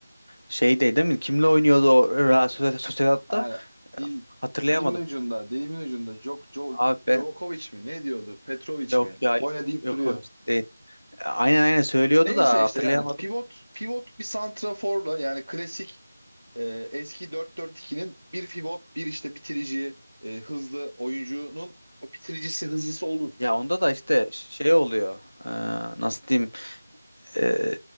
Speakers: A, on the left; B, on the right.
A: şeydeydi değil mi? Kimle oynuyordu o Real Soci- Sociedad'da?
B: Yani dil
A: Hatırlayamadım.
B: dilimin ucunda, dilimin ucunda. Jok, Jo-
A: Abi ben
B: Djokovic mi? Ne diyordu? Petrovic
A: yok
B: mi?
A: ya
B: Boyna deyip
A: yok
B: duruyor.
A: o değil. Aynen aynen söylüyordu
B: Neyse
A: da
B: işte
A: hatırlayamadım.
B: yani pivot pivot bir santraforla yani klasik e, eski 4-4-2'nin bir pivot, bir işte bitirici, e, hızlı oyuncunun o bitiricisi, hızlısı olur.
A: Ya onda da işte ş- şey oluyor. Ee, nasıl diyeyim? Ee,